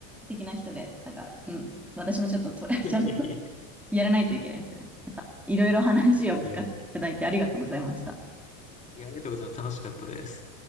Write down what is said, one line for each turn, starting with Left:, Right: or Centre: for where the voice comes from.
Centre: 的な人で、なんか、うん、私もちょっとトレ
Left: いやいやいや。
Centre: <laughs> ちゃんとやらないといけないですね。いろいろ話を聞かせていただいてありがとうございました。
Left: いやいや、いやありがとうございます。楽しかったです。